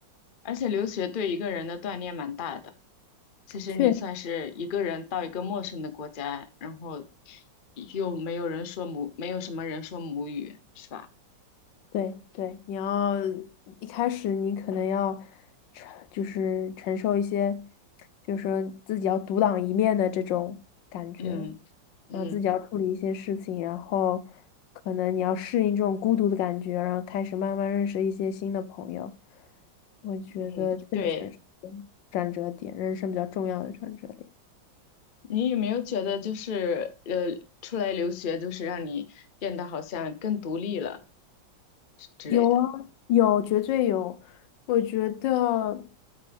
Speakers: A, on the left; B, on the left.
A: 而且留学对一个人的锻炼蛮大的。其实你算是一个人到一个陌生的国家，
B: 确实。
A: 然后又没有人说母，没有什么人说母语，是吧？
B: 对对，你要一开始你可能要承，就是承受一些，就是说自己要独当一面的这种感觉，
A: 嗯嗯
B: 然后自己要处理一些事情，然后可能你要适应这种孤独的感觉，然后开始慢慢认识一些新的朋友。我觉得确实是
A: 嗯，对。
B: 转折点，人生比较重要的转折点。
A: 你有没有觉得就是呃，出来留学就是让你变得好像更独立了之类的？
B: 有啊，有，绝对有。我觉得，